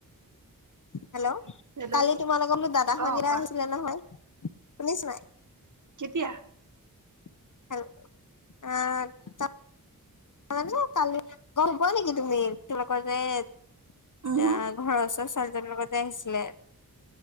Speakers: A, on the left; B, on the right.
A: হেল্ল'
B: হেল্ল'
A: কালি তোমাৰ লগতো দাদা
B: অ
A: সন্দিয়া
B: কোৱা।
A: আহিছিলে নহয় শুনিছ নাই
B: কেতিয়া
A: আহ অ ন কাল ঘবোৱা নেকি তুমি তলোক যে এতিয়া
B: উহো
A: ঘৰৰ ওচৰত ছোৱালীজনৰ লগতে আহিছিলে